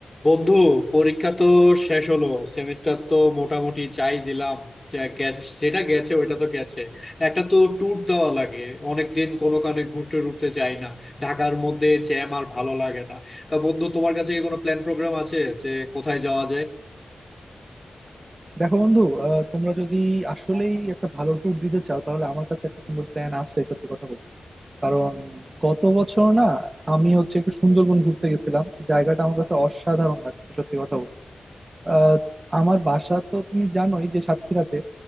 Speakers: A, on the left; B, on the right.
A: বন্ধু পরীক্ষা তো শেষ হলো সেমিস্টার তো মোটামুটি যাই দিলাম যা গেছে যেটা গেছে ওটা তো গেছে একটা তো ট্যুর দেওয়া লাগে অনেকদিন কোনো কানে ঘুরতে টুরতে যাই না ঢাকার মধ্যে জ্যাম আর ভালো লাগে না তা বন্ধু তোমার কাছে কি কোনো প্ল্যান প্রোগ্রাম আছে যে কোথায় যাওয়া যায়
B: দেখো বন্ধু আহ, তোমরা যদি আসলেই একটা ভালো ট্যুর দিতে চাও তাহলে আমার কাছে একটা সুন্দর প্ল্যান আছে সত্যি কথা বলতে কারণ গত বছর না আমি হচ্ছে একটু সুন্দরবন ঘুরতে গেছিলাম জায়গাটা আমার কাছে অসাধারণ লাগছে সত্যি কথা বলতে আহ, আমার বাসা তো তুমি জানোই যে সাতক্ষীরাতে